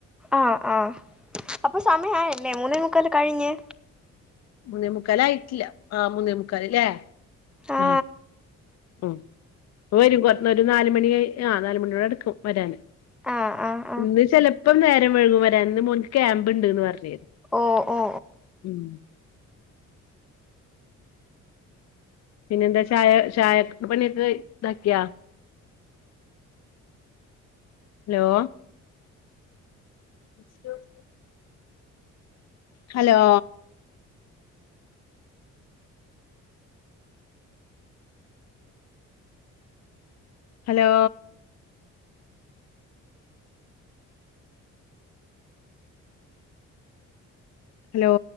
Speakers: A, in the centre; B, on the left.
A: ആഹ് ആഹ് അപ്പൊ സമയായല്ലേ? മൂന്നേമുക്കല് കഴിഞ്ഞ്
B: മുന്നേമുക്കാലായിട്ടില്ല ആഹ് മുന്നേമുക്കാല് ല്ലേ?
A: ആ
B: ആഹ് ഉം ഇപ്പവരും കൊറ ഒരു നാല് മണി കഴി ആഹ് നാലുമണിയോടടുക്കും വരാന്
A: ആ ആ ആ
B: ഇന്ന് ചെലപ്പം നേരം വൈകും വരാന് ഇന്ന് മോൻക്ക് ക്യാമ്പ് ഇണ്ട്ന്ന് പറഞ്ഞിരുന്നു
A: ഓഹ് ഓഹ്
B: ഉം പിന്നെന്താ ചായ ചായക് പണിയൊക്കെ ഇതാക്കിയാ? Law <unintelligible> hello hello hello